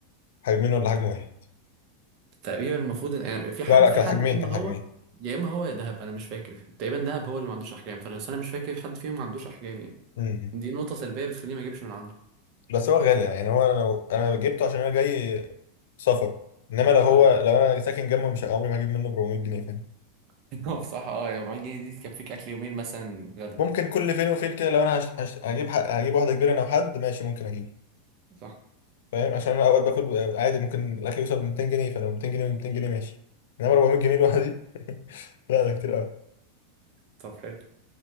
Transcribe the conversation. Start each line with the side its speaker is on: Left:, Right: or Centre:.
Left: حجمين ولا حجم واحد
Right: المفروض إن- يعني في حد
Left: لا لا
Right: في
Left: كان
Right: حد
Left: حجمين
Right: يا اما
Left: كان حجمين
Right: هو يا اما هو يا دهب انا مش فاكر تقريبا دهب هو اللي ما عندوش احجام فانا بس أنا مش فاكر حد فيهم ما عندوش احجام يعني
Left: امم
Right: دي نقطه سلبيه بتخليني ما اجيبش من عنده
Left: بس هو غالي يعني هو انا لو انا جبته عشان انا جاي سفر انما لو هو
Right: فاهمك
Left: لو انا ساكن جنبه مش عمري ما هجيب منه 400 جنيه فاهم
Right: <laughs> هو بصراحة اه يا 400 جنيه دي تكفيك أكل يومين مثلا غدا
Left: ممكن كل فين وفين كده لو انا هش... هش... هجيب ح... هجيب واحده كبيره انا وحد ماشي ممكن اجيبه
Right: صح
Left: فاهم عشان انا اوقات باكل عادي ممكن الاكل يوصل ل 200 جنيه فلو 200 جنيه 200 جنيه ماشي انما 400 جنيه لوحدي <laughs> لا ده كتير قوي
Right: طب حلو